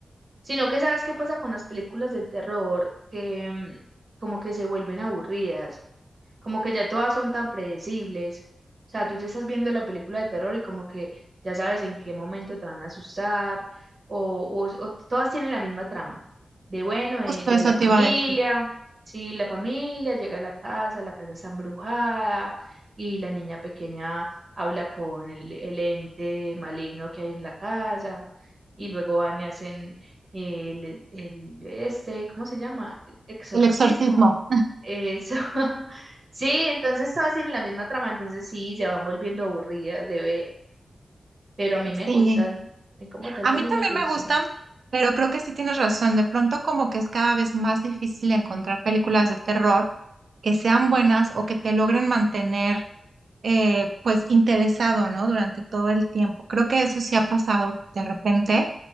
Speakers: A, on the right; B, on the right.
A: Sino que sabes qué pasa con las películas de terror, que mm, como que se vuelven aburridas como que ya todas son tan predecibles. O sea, tú te estás viendo la película de terror y como que ya sabes en qué momento te van a asustar, o, o- o todas tienen la misma trama, de bueno, de,
B: Justo
A: de
B: eso
A: la
B: te
A: familia,
B: iba a decir.
A: sí, la familia llega a la casa, la casa está embrujada y la niña pequeña habla con el, el ente maligno que hay en la casa y luego van y hacen el, el este, ¿cómo se llama? Exorcismo
B: El exorcismo.
A: eso. <laughs> Sí, entonces todas tienen la misma trama, entonces sí, se van volviendo aburridas de ver, pero a mí me
B: Sí,
A: gustan, y como tal
B: a
A: también
B: mí también
A: me gustan.
B: me gustan, pero creo que sí tienes razón. De pronto como que es cada vez más difícil encontrar películas de terror que sean buenas o que te logren mantener eh, pues interesado, ¿no? Durante todo el tiempo. Creo que eso sí ha pasado de repente.